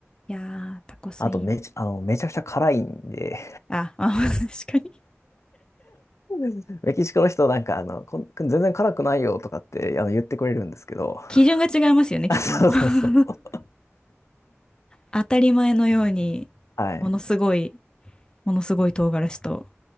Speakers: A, on the left; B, on the left.
A: いやー、タコスイン。
B: あとめち、あの、めちゃくちゃ辛いんで、
A: あ、あ、<laughs> 確かに。
B: <laughs> メキシコの人なんかあの、こん、全然辛くないよとかってあの言ってくれるんですけど、
A: 基準が違いますよね、
B: あ、
A: きっともう。
B: そうそうそう。
A: <laughs> 当たり前のように、
B: <laughs> はい。
A: ものすごい、ものすごい唐辛子と、